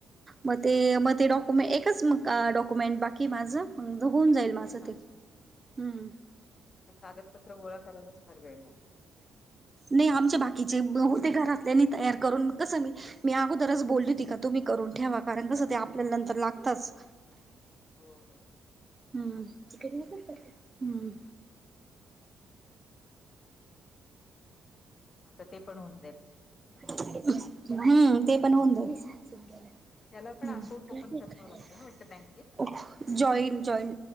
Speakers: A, on the right (about 25°); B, on the left (about 40°).
A: मग ते मग ते डॉक्युमें एकच म डॉक्युमेंट बाकी माझं होऊन जाईल माझं
B: अच्छा
A: ते हम्म.
B: ते कागदपत्र गोळा करायलाच फार वेळ लागतो.
A: नाही आमच्या बाकीचे होते घरातल्याने तयार करून कस मी मी अगोदरच बोलली होती का तुम्ही करून ठेवा कारण कसं ते आपल्याला नंतर लागताच.
B: हो हो.
A: हम्म <unintelligible> हम्म.
B: आता ते पण हुन
A: हम्म ते पण होऊन जाईल.
B: त्याला पण
A: हा
B: अकाउंट
A: कळत
B: ओपन
A: नाही
B: करावं
A: ते काय
B: लागतं
A: आहे.
B: ना वाटतं बँकेत?
A: जॉईन जॉईन